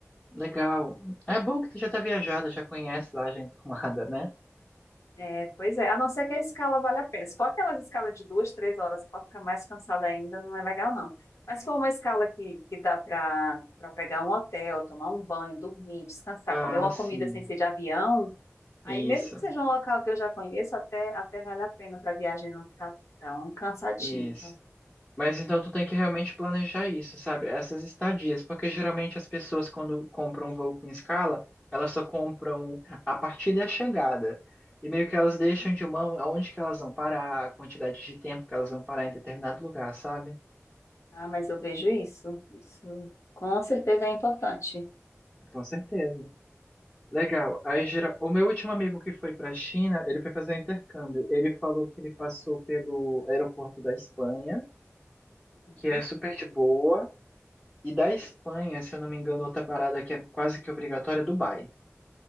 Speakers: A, on the left; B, on the left.
A: Legal. É bom que tu já tá viajada, já conhece lá, já é <laughs> enturmada, né?
B: É, pois é, a não ser que a escala vale a pena. Se for aquelas escalas de duas, três horas, você pode ficar mais cansada ainda, não é legal, não. Mas se for uma escala que, que dá para para pegar um hotel, tomar um banho, dormir, descansar,
A: Ah,
B: comer uma
A: sim.
B: comida sem ser de avião,
A: Isso,
B: aí mesmo que seja um local que eu já conheço, até, até vale a pena para a viagem não ficar tão cansativa.
A: isso. Mas então tu tem que realmente planejar isso, sabe? Essas estadias, porque geralmente as pessoas quando compram um voo com escala, elas só compram a partida e a chegada. E meio que elas deixam
B: Uhum.
A: de mão aonde que elas vão parar, a quantidade de tempo que elas vão parar em determinado lugar, sabe?
B: Ah, mas eu vejo isso. Isso com certeza é importante.
A: Com certeza. Legal. Aí gera... o meu último amigo que foi para a China, ele foi fazer um intercâmbio. Ele falou que ele passou pelo aeroporto da Espanha,
B: Uhum.
A: que é super de boa. E da Espanha, se eu não me engano, outra parada que é quase que obrigatória é Dubai.